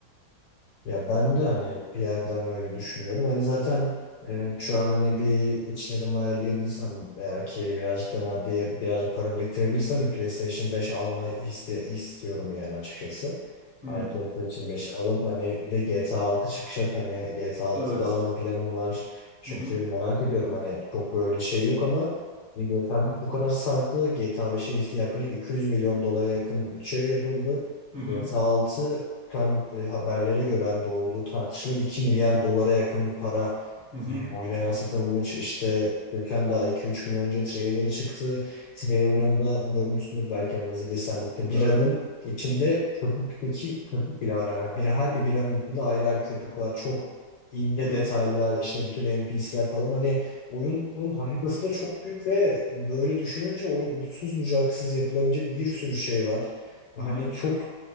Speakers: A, on the left; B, on the right.
A: Ya ben de hani bir yerden öyle düşünüyorum. Hani zaten e, şu an hani bir içlerimi ayarlayabilirsem eğer ki birazcık da maddiye birazcık para biriktirebilirsem bir PlayStation 5 almayı iste, istiyorum yani açıkçası.
B: Hı,
A: Hani PlayStation 5 alıp hani bir de GTA 6 çıkacak hani GTA 6'yı
B: evet.
A: da alma planım var. Çünkü
B: Hı hı,
A: merak ediyorum hani çok böyle şey yok ama hani GTA bu kadar sardı. GTA 5'e işte yaklaşık 200 milyon dolara yakın bütçeyle yapıldı.
B: hı hı,
A: GTA 6 çıkan e, haberlere göre hani doğruluğu tartışılır 2 milyar dolara yakın bir para
B: hı hı,
A: e, oyuna yansıtılmış. İşte geçen daha iki üç gün önce trailer'ı çıktı. Trailer'ında görmüşsündür belki hani izlediysen de İşte biranın
B: evet.
A: içinde köpükteki köpük bile var. Yani bir, her bir biranın içinde ayrı ayrı köpük var. Çok ince
B: Hı hı,
A: detaylar işte bütün NPC'ler falan hani oyunun haritası da çok büyük ve böyle düşününce oyun uçsuz bucaksız yapılabilecek bir sürü şey var. Hani
B: hı hı,
A: çok